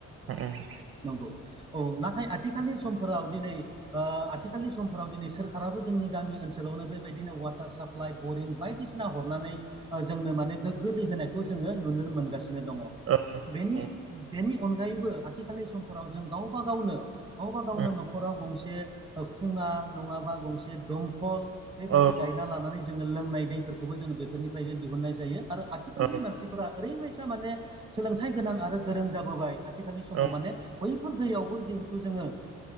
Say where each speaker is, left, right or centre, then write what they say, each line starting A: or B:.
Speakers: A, on the right; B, on the right.
A: उम
B: नंगौ औ नाथाय आ थिखालनि समफोराव दिनै ओ आथिखालनि समफोराव दिनै सोरखाराबो जोंनि गामि ओनसोलावनो बेबायदिनो वाटार साप्लाइ बरिं बायदिसिना हरनानै ओ जोंनो माने गोग्गो दै होनायखौ जोङो नुनो मोनगासिनो दङ'
A: उम
B: बेनि
A: औ
B: बेनि अनगायैबो आथिखालनि समफोराव जों गावबा गावनो गावबा गावनो
A: उम,
B: न'खराव गंसे ओ खुङा नङाबा गंसे दमखल बेबायदि
A: औ
B: गायना लानानै जोङो लोंनाय दैफोरखौबो जोङो बेफोरनिफ्रायनो दिहुननाय जायो आरो आथिखालनि
A: औ
B: मानसिफोरा ओरैबायसा माने सोलोंथाइ गोनां आरो गोरों जाबोबाय <unintelligible> थिखालनि समाव
A: औ
B: माने बै दैयावबो जिहेथु जोङो